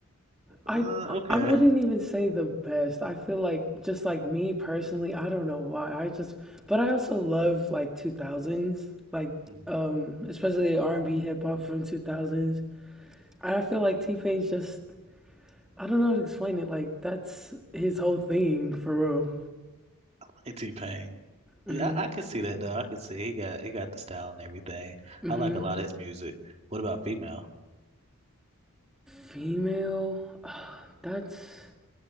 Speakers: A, on the right; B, in the centre.
A: uh
B: I
A: okay.
B: I wouldn't even say the best. I feel like just like me personally, I don't know why. I just but I also love like 2000s, like
A: Mm,
B: um especially R&B hip hop from 2000s. I feel like T-Pain's just I don't know how to explain it. Like that's his whole thing for real.
A: I like T-Pain.
B: Mhm.
A: Yeah, I, I can see that though. I can see he got he got the style and everything.
B: Mhm.
A: I like a lot of his music. What about female?
B: Female. <sighs> That's